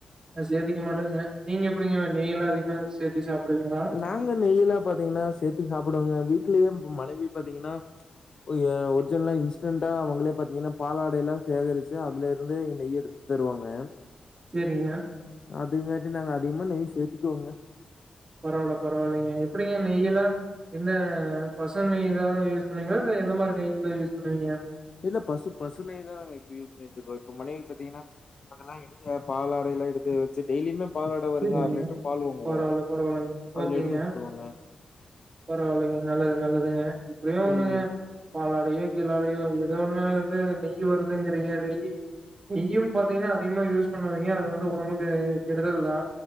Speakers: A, on the right; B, on the left.
A: நா சேத்திக்க மாட்டேங்க நீங்க எப்டிங்க நெய்ல்லா அதிகமா சேத்தி சாப்புடுவீங்லா
B: நாங்க நெயிலா பாத்தீங்கனா சேத்து சாப்டுவோங்க வீட்லயே மனைவி பாத்தீங்கனா ஒ ஏ ஒரிஜின்லா இன்ஸ்டன்டா அவுங்களே பாத்தீங்கனா பாலாடைலா சேகரிச்சு அதுலருந்து நெய் எடுத் தருவாங்க
A: செரிங்க
B: அதுங்காட்டி நாங்க அதிகமா நெய் சேத்திக்குவோங்க
A: பரவால பரவால்லைங்க எப்டிங்க நெய்யிலா எந்த பசு நெய் தா யூஸ் பண்வீங்ளா இல்ல எந்த மாரி நெய்ல்லா யூஸ் பண்ணுவீங்க
B: இல்ல பசு பசு நெய்தா நாங்க இப்ப யூஸ் பண்ருக்கோ இப்ப மனைவி பாத்தீங்கனா அதெலா எடுத்து பாலாடயெலா எடுத்து வச்சு டெய்லியிமே பாலாட வருதா
A: சரிங்க
B: அர லிட்டரு பால் வாங்குவா
A: பரவால்ல பரவால்லைங்க
B: அதுல
A: ஓகேங்க
B: எடுத்து வெச்சுருவாங்க
A: பரவால்லைங்க நல்லது நல்லதுங்க இப்படியோ ஒண்ணுங்க
B: ம்
A: பாலாடயோ கீலாடயோ எதொண்ணுலர்ந்து நெய்யி வருதுங்றீங்க நெய்யி நெய்யும் பாத்தீங்ன்னா அதிகமா யூஸ் பண்ணாதீங்க அது வந்து ஒடம்பக்கு கெடுதல் தா